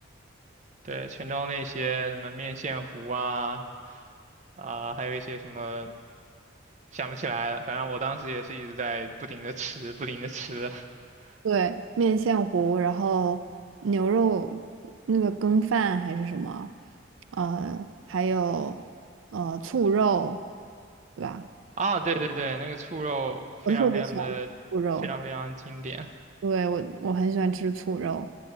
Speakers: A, on the right; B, on the right.
A: 对，泉州那些什么面线糊啊，啊、还有一些什么想不起来了，反正我当时也是一直在不停的吃，不停的吃。<laughs>
B: 对，面线糊，然后牛肉那个羹饭还是什么，呃，还有呃醋肉，对吧？
A: 啊，对对对，那个醋肉非常非常的非常非常经典。
B: 我特别喜欢吃醋肉，对，我我很喜欢吃醋肉，